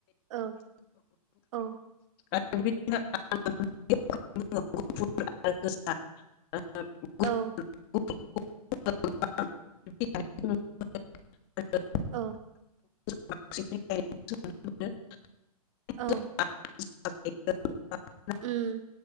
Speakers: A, on the right (about 50°); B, on the left (about 35°).
A: औ औ
B: <unintelligible> <unintelligible> <unintelligible>
A: औ
B: <unintelligible> <unintelligible>
A: औ
B: <unintelligible>
A: औ
B: <unintelligible>
A: उम